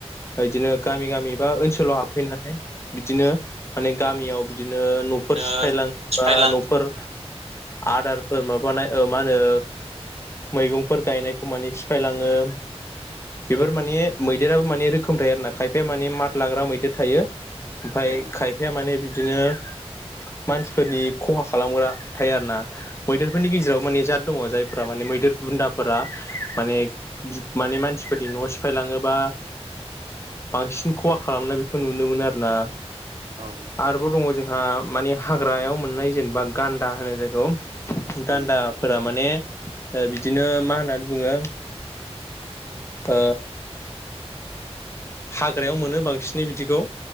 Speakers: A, on the left; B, on the right.
A: बिदिनो गामि गामि। बा ओनसोलाव हाबफैनानै बिदिनो माने गामियाव बिदिनो। फोर
B: ओ
A: सिफायलां बा
B: फायलां
A: न'फोर आदारफोर माबानाय ओ मा होनो। मैगंफोर गायनायखौ माने सिफायलाङो बेफोर माने मैदेराबो माने रोखोम थायो आर ना खायफाया माने मात लाग्रा मैदेर थायो। ओमफाय
B: औ
A: खायफाया माने बिदिनो मानसिफोरनि
B: औ
A: खहा खालामग्रा थायो आरो ना। मैदेरफोरनि गेजेराव माने जत दङ जायफोरा माने मैदेर बुन्दाफोरा माने। माने मानसिफोरनि न'आव सिफायलाङोबा। बांसिन खहा खालामनाय बेखौ नुनो मोनो आरो ना।
B: औ औ।
A: आरोबाव दङ जोंहा माने हाग्रायाव मोननाय जेनेबा गान्दा होनो जायखौ।
B: उम
A: गान्दाफोरा माने बिदिनो मा होननानै बुङो ओ। हाग्रायाव मोनो बांसिनै बिदिखौ